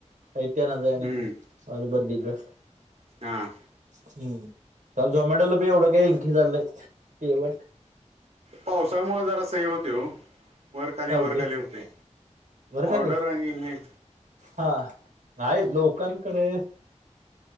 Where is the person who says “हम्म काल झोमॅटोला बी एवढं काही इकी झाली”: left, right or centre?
Right